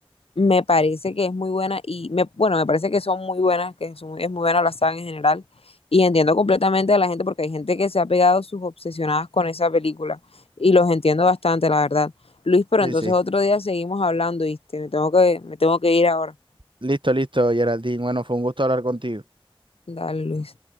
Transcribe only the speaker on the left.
me parece que es muy buena y me, bueno, me parece que son muy buenas, que son, es muy buena la saga en general. Y entiendo completamente a la gente porque hay gente que se ha pegado sus obsesionadas con esa película y los entiendo bastante, la verdad. Luis, pero
entonces
otro día seguimos hablando, ¿viste? Me tengo que, me tengo que ir ahora.
Dale, Luis.